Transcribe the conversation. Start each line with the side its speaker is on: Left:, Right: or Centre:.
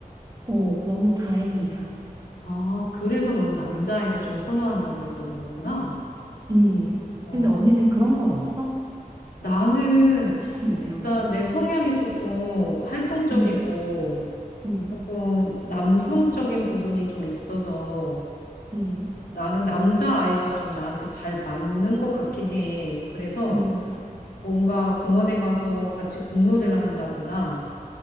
Right: 어, 너무 다행이야.
Left: 아, 그래서 넌 남자아이를 좀 선호한다 그랬던 거구나.
Right: 음.
Left: 어,
Right: 근데 언니는 그런 건 없어?
Left: 나는
Right: 뭐
Left: 일단
Right: 이런 거.
Left: 내 성향이 조금 활동적이고
Right: 음, 음,
Left: 조금 남성적인 부분이 좀 있어서
Right: 음,
Left: 나는 남자아이가 좀 나한테 잘 맞는 것 같긴 해. 그래서
Right: 음,
Left: 뭔가 공원에 가서 같이 공놀이를 한다거나